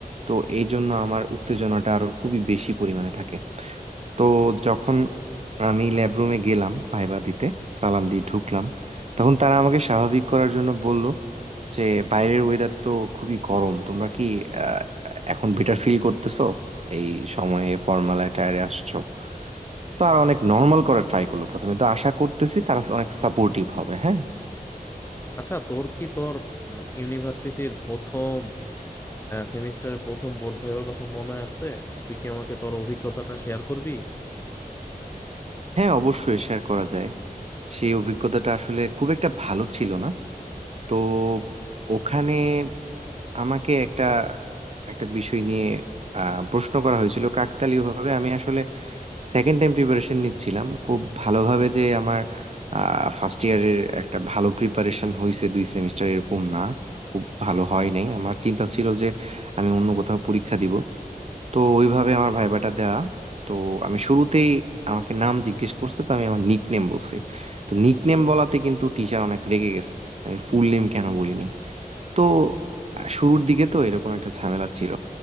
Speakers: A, on the right (about 45°); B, on the left (about 15°).
A: তো এই জন্য আমার উত্তেজনাটা আরো খুবই বেশি পরিমাণে থাকে তো যখন আমি ল্যাব রুমে গেলাম ভাইবা দিতে সালাম দিয়ে ঢুকলাম তখন তারা আমাকে স্বাভাবিক করার জন্য বলল যে বাইরের ওয়েদার তো খুবই গরম তোমরা কি আহ, এখন বেটার ফিল করতেছো এই সময়ে ফর্মাল অ্যাটায়ারে আসছো তো আর অনেক নর্মাল করার ট্রাই করলো প্রথমে তো আশা করতেছি তারা অনেক সাপোর্টিভ হবে হ্যাঁ
B: আচ্ছা তোর কি তোর ইউনিভার্সিটির প্রথম সেমিস্টারের প্রথম বোর্ড ভাইবার কথা মনে আছে তুই কি আমাকে তোর অভিজ্ঞতাটা শেয়ার করবি
A: হ্যাঁ অবশ্যই শেয়ার করা যায় সেই অভিজ্ঞতাটা আসলে খুব একটা ভালো ছিল না তো ওখানে আমাকে একটা একটা বিষয় নিয়ে আহ, প্রশ্ন করা হয়েছিল কাকতালীয় ভাবে আমি আসলে সেকেন্ড টাইম প্রিপারেশন নিচ্ছিলাম খুব ভালোভাবে যে আমার ফার্স্ট ইয়ারের একটা ভালো প্রিপারেশন হয়েছে দুই সেমিস্টার এরকম না খুব ভালো হয় নাই আমার চিন্তা ছিল যে আমি অন্য কোথাও পরীক্ষা দিব তো ওইভাবে আমার ভাইবাটা দেওয়া তো আমি শুরুতেই আমাকে নাম জিজ্ঞেস করছে তো আমি আমার নিক নেম বলছি তো নিক নেম বলাতে কিন্তু টিচার অনেক রেগে গেছে আমি ফুল নেম কেন বলিনি তো শুরুর দিকে তো এরকম একটা ঝামেলা ছিল